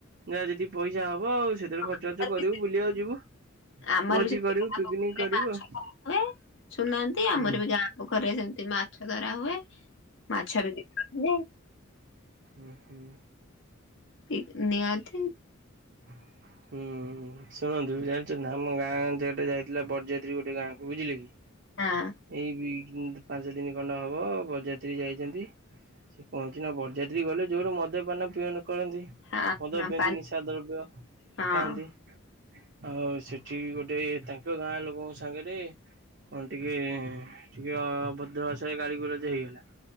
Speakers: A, on the right; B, on the left.
A: ଯାହା ଯେତିକି ପଇସା ହବ ଆଉ। ସେଥିରେ
B: ତରକାରୀ
A: ଖର୍ଚ୍ଚ ବାର୍ଚ୍ଚ କରିବୁ ବୁଲିବାକୁ ଯିବୁ
B: ଆମର
A: ଭୋଜି
B: ବି ସେମିତି
A: କରିବୁ
B: ଗାଁ
A: ପିକନିକ
B: ପୋଖରୀରେ
A: କରିବୁ
B: ମାଛ
A: ଆଉ
B: ଧରାହୁଏ ଶୁଣୁନାହାଁନ୍ତି, ଆମର
A: ହୁଁ।
B: ବି ଗାଁ ପାଖରେ ସେମିତି ମାଛ ଧରା ହୁଏ, ମାଛ ବି ବିକ୍ରି ହୁଏ
A: ଉ ହୁଁ।
B: ଇ ନିହାତି
A: ହ ହୁଁ ହୁଁ ଶୁଣନ୍ତୁ ଜାଣିଛନ୍ତି ଆମ ଗାଁ ଝିଅଟେ ଯାଇଥିଲା ବରଯାତ୍ରୀ ଗୋଟେ ଗାଁକୁ, ବୁଝିଲେ କି?
B: ହଁ
A: ଏଇ ଦି ପାଞ୍ଚ ଦିନି ଖଣ୍ଡେ ହବ ବରଯାତ୍ରୀ ଯାଇଚନ୍ତି ସେ କଣ ହେଇଚି ନା, ବରଯାତ୍ରୀ ଗଲେ ଜୋର ମଦ୍ୟପାନ ପିଅନ କରନ୍ତି
B: ହଁ
A: ମଦ
B: ହଁ
A: ପିଅନ୍ତି,
B: ପାଣି
A: ନିଶା ଦ୍ରବ୍ୟ
B: ହଁ
A: ଖାଆନ୍ତି, ଆଉ ସେଠ ଠି ବି ଗୋଟେ ତାଙ୍କ ଗାଁ ଲୋକଙ୍କ ସାଙ୍ଗରେ କଣ ଟିକେ ଟିକେ ଟିକେ ଅଭଦ୍ର ଭାଷାରେ ଗାଳି ଗୁଲଚ ହେଇଗଲା